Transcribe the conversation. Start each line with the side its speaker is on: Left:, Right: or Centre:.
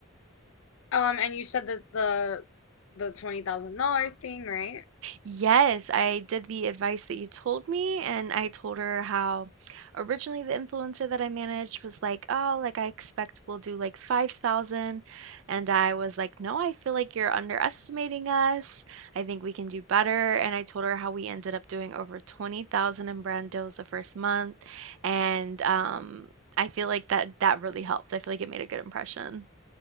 Left: Um, and you said that the the twenty thousand dollar thing, right?
Right: Yes, I did the advice that you told me, and I told her how originally the influencer that I managed was like, "Oh, like I expect we'll do like 5,000," And I was like, "No, I feel like you're underestimating us. I think we can do better." And I told her how we ended up doing over 20,000 in brand deals the first month, and um I feel like that that really helped. I feel like it made a good impression.